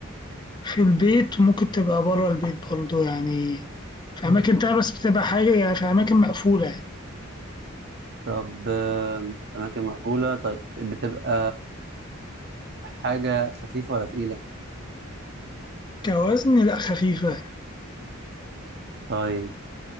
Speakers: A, on the left; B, on the right.
A: في البيت وممكن تبقى بره البيت برضو يعني في أماكن تانية بس بتبقى حاجة يعني في أماكن مقفولة يعني.
B: طب آه اماكن مقفولة طيب بتبقى حاجة خفيفة ولا تقيلة
A: كوزن لأ خفيفة
B: طيب